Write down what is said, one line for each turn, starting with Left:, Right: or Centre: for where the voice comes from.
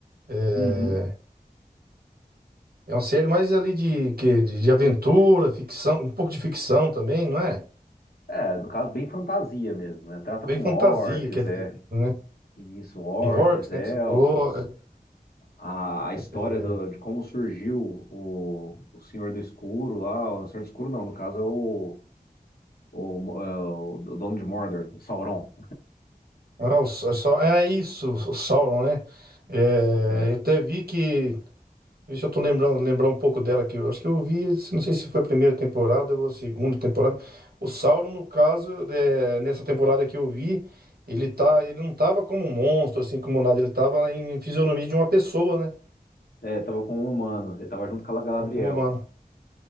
Right: É,
Left: Uhum.
Right: é uma série mais ali de, que, de, de aventura, ficção, um pouco de ficção também, não é?
Left: É, no caso, bem fantasia mesmo, né? Trata
Right: Bem
Left: com
Right: fantasia,
Left: orcs,
Right: quer dizer,
Left: é.
Right: né?
Left: Isso, orcs,
Right: Tem orcs,
Left: elfos.
Right: né, que você falou.
Left: A, a
Right: É,
Left: história do- de como surgiu o, o Senhor do Escuro lá. O Senhor do Escuro não, no caso é o, o, é o dono de Mordor, o Sauron.
Right: ah, o, Sau- é isso, o Sauron, né? É,
Left: É,
Right: eu até vi que Deixa eu tô lembrando, lembrar um pouco dela aqui. Eu acho que eu vi, se- não sei se foi a primeira temporada ou a segunda temporada. O Sauron, no caso, é, nessa temporada que eu vi, ele tá, ele não tava como um monstro, assim, como nada. Ele tava em fisionomia de uma pessoa, né?
Left: é, tava com um humano, ele tava junto com a Galadriel.
Right: Tava como humano.